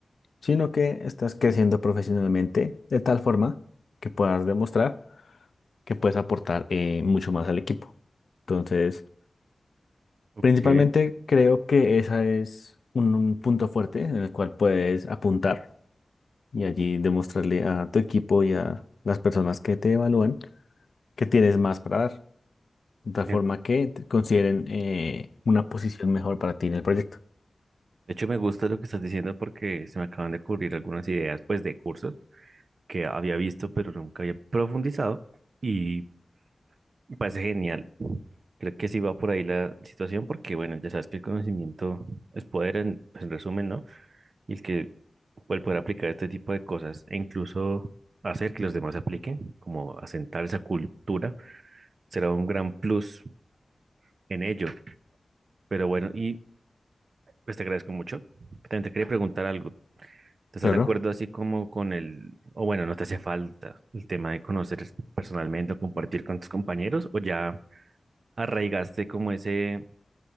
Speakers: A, on the left; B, on the right.
A: sino que estás creciendo profesionalmente de tal forma que puedas demostrar que puedes aportar eh, mucho más al equipo. Entonces,
B: Ok.
A: principalmente creo que ese es un un punto fuerte en el cual puedes apuntar y allí demostrarle a tu equipo y a las personas que te evalúan que tienes más para dar, de tal
B: Me-
A: forma
B: de
A: que te consideren eh, una posición mejor para ti en el proyecto.
B: hecho, me gusta lo que estás diciendo porque se me acaban de ocurrir algunas ideas, pues, de cursos que había visto, pero nunca había profundizado y me parece genial. Creo que sí va por ahí la situación porque, bueno, ya sabes que el conocimiento es poder en, pues, en resumen, ¿no? y el que el poder aplicar este tipo de cosas e incluso hacer que los demás apliquen, como asentar esa cultura, será un gran plus en ello. Pero bueno, y pues te agradezco mucho. También te quería preguntar algo. ¿Te estás
A: Claro,
B: de acuerdo así como con el, o bueno, no te hace falta el tema de conocer personalmente o compartir con tus compañeros o ya arraigaste como ese,